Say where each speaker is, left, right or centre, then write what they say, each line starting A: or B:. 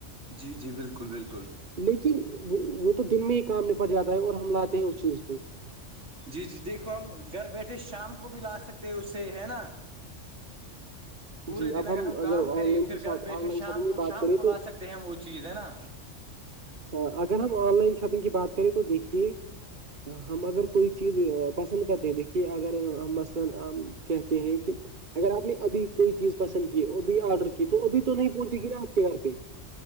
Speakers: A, on the right; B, on the right.
A: جی جی بالکل بالکل
B: لیکن وہ تو دن میں ہی کام ن پٹ جاتا ہے اور ہم لاتے ہیں اس چیز کو
A: جی جی دیکھو ہم گھر بیٹھے شام کو بھی لا سکتے ہیں اس سے ہے نا پورے
B: جی
A: دن
B: اب
A: اگر ہم کام کرے
B: آن لائن
A: پھر
B: کی
A: گھر
B: شاپ
A: بیٹھے
B: آن لائن
A: شام
B: شاپنگ کی
A: کو
B: بات
A: شام
B: کریں
A: کو
B: تو
A: لا سکتے ہیں وہ چیز ہے نا
B: ہاں اگر ہم آن لائن شاپنگ کی بات کریں تو دیکھیے ہم اگر کوئی چیز پسند کرتے دیکھیے اگر مثلا کہتے ہیں کہ اگر آپ نے ابھی کوئی چیز پسند کی اب بھی آرڈر کی تو ابھی تو نہیں پہنچے گی نا آپ کے گھر پہ